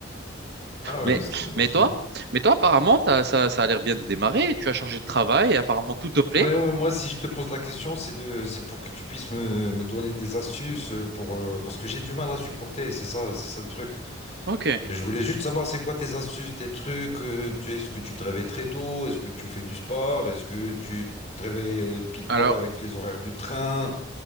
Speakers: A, on the left; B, on the right.
A: Ah ouais,
B: Mais,
A: c'est...
B: mais
A: <laughs>
B: toi, mais toi, apparemment, t'as- ça, ça a l'air bien de démarrer. Tu as changé de travail et apparemment tout te plaît.
A: Ouais, ouais, moi, si je te pose la question, c'est de, c'est pour que tu puisses me, me donner des astuces euh, pour, euh, parce que j'ai du mal à supporter. C'est ça, c'est ça le truc.
B: Ok.
A: Je voulais juste savoir c'est quoi tes astuces, tes trucs. euh, tu, est-ce que tu te réveilles très tôt? Est-ce que tu fais du sport? Est-ce que tu te réveilles euh, pile poil
B: Alors,
A: avec les horaires du train?